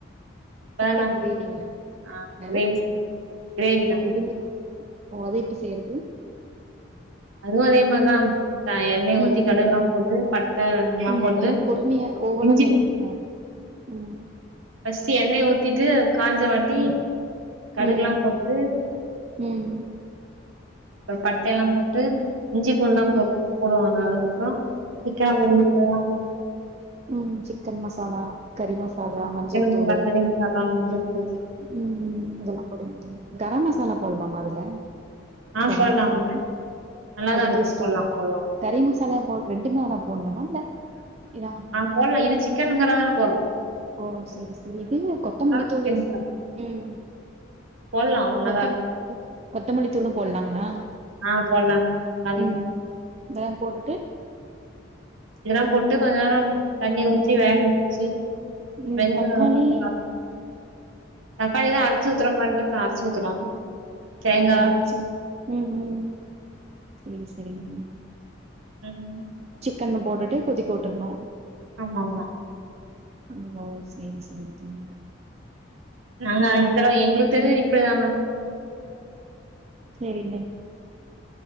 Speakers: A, on the right; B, on the right.
A: சிக்கன்
B: யலா
A: கிரேவிங்களா
B: ஆ
A: என்னது
B: கிரேவி செய் கிரேவிதா
A: இதுமே ஓ அது எப்டி செய்யறது
B: அதுவு அதேமாரிதா எண்ணைய ஊத்தி
A: ம்
B: கடுகுல்லா
A: ம்
B: போட்டு பட்ட லவங்கலா
A: ம்
B: போட்டு
A: பொறுமையா ஒவ்வொன்னா
B: இஞ்சி
A: சொல்லுங்களே ம்
B: ஃபஸ்ட் எண்ணெய ஊத்திட்டு காஞ்ச வாட்டி
A: ம்
B: கடுகுல்லா
A: ம்
B: போட்டு
A: ம்
B: அப்றோ பட்ட எல்லா போட்டு இஞ்சி பூண்டுலா போட்
A: ம்
B: போடுவாங்க அதுக்கப்றோ திக்கா வாருது கோன்
A: உஹம் சிக்கன் மசாலா கறி மசாலா மஞ்சள்
B: சிக்கன் மசாலா
A: தூள்
B: கறி மசாலா மஞ்சள் தூள்
A: உம் இதெல்லாம் போட்டு வெக்கலா கரம் மசாலா போட்லாமா அதுல
B: ஆ
A: கரம்
B: போடலாம்
A: மசாலா
B: நல்லாதான்
A: அது
B: இருக்கும்
A: டேஸ்ட்
B: போடலாம்
A: ஒருமாரி
B: போடலாம்
A: கறி மசாலா போ ரெண்டுமே வேனா போடணுமா இல்ல இத
B: போட்லா இது சிக்கன்ல தானே போட்றோ
A: ஓ சேரி சேரி இது என்ன கொத்தமல்லித்தூள
B: சிக்கன்
A: ச
B: மசாலா
A: உம்
B: போடலாம் நல்லாதான்
A: கொத்தம்
B: இருக்கும்
A: <unintelligible> கொத்தமல்லி தூளும் போட்லாங்களா
B: ஆ போடலாங்க நல்லாதான்
A: உம்
B: இருக்கும்
A: இதல்லா போட்டுட்டு
B: இதல்லாம் போட்டு கொஞ்ச நேரோ தண்ணி ஊத்தி
A: ம்
B: வேகவெச்சு
A: ம்
B: வெந்து
A: தக்காளி
B: அப்புறோ சாப்பிட்னு தக்காளி தா அரச்சி ஊத்துத்துறோமில்லகா ரச்சி ஊத்தலாம் தேங்கா
A: ஓ அரைச்சி உம் உம் சேரி சேரிங்க
B: உஹம்
A: கண்ண போட்டுட்டு கொதிக்க உட்டுட்ணோ
B: ஆமா ஆமா
A: <unintelligible> சேரி சேரி ஊத்தில்லா
B: நாங்க எங்க எங்களுக்கு தெஞ்சி இப்படிதாம்மா
A: சேரிங்க